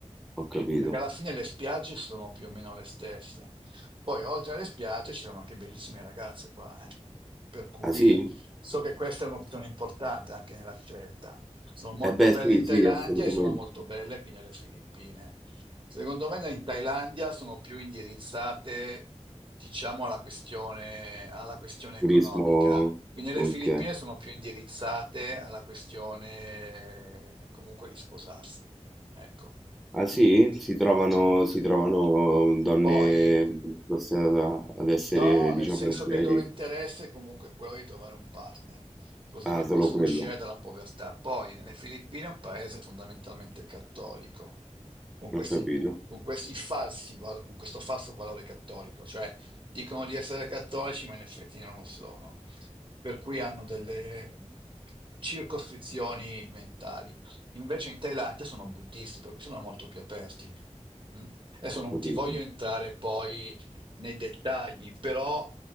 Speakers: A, in the centre; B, on the right (about 45°).
A: ho capito.
B: perché alla fine le spiagge sono più o meno le stesse. Poi oltre alle spiagge ci sono anche bellissime ragazze qua, eh. Per cui
A: Ah sì?
B: so che questa è un'opzione importante anche nella scelta. Sono molto
A: Eh beh
B: belle
A: sì,
B: in Thailandia
A: sì, assolutamente.
B: e sono molto belle qui nelle Filippine. Secondo me in Thailandia sono più indirizzate, diciamo, alla questione alla questione economica
A: Turismo,
B: quindi le
A: ok.
B: Filippine sono più indirizzate alla questione eh, comunque di sposarsi. Ecco.
A: Ah
B: Mm?
A: sì? Si trovano,
B: Sì.
A: si trovano donne
B: Poi
A: disposte a- ad essere,
B: No, nel
A: diciamo,
B: senso
A: serie.
B: che il loro interesse è comunque quello di trovare un partner, così
A: Ah,
B: che
A: solo
B: possano
A: quello.
B: uscire dalla povertà. Poi, nelle Filippine è un paese fondamentalmente cattolico, con
A: Ho
B: questi,
A: capito,
B: con questi falsi, val- con questo falso valore cattolico, cioè dicono di essere cattolici, ma in effetti non lo sono. Per cui hanno delle circoscrizioni mentali. Invece in Thailandia sono buddisti, per cui sono molto più aperti. mm? Adesso
A: ho
B: non
A: capito.
B: ti voglio entrare poi nei dettagli, però